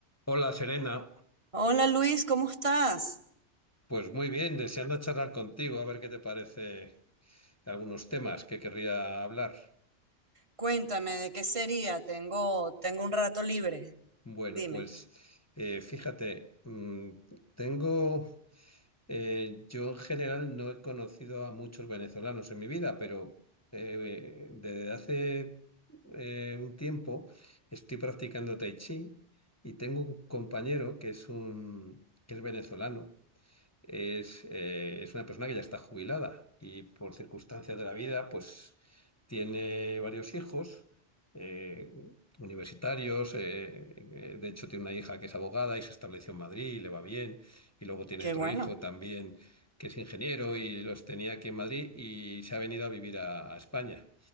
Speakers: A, on the left (about 15°); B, on the right (about 30°).
A: Hola Serena,
B: Hola Luis, ¿cómo estás?
A: pues muy bien, deseando charlar contigo, a ver qué te parece algunos temas que querría hablar.
B: Cuéntame, ¿de qué sería? Tengo, tengo un rato libre.
A: Bueno,
B: Dime.
A: pues eh, fíjate, mm, tengo, eh, yo en general no he conocido a muchos venezolanos en mi vida, pero eh, desde hace eh, un tiempo estoy practicando Tai Chi y tengo un compañero que es un, que es venezolano. es, eh, es una persona que ya está jubilada y por circunstancias de la vida, pues tiene varios hijos eh, universitarios. eh, eh, de hecho, tiene una hija que es abogada y se estableció en Madrid y le va bien. Y luego tiene
B: Qué
A: otro
B: bueno.
A: hijo también que es ingeniero y los tenía aquí en Madrid y se ha venido a vivir a, a España.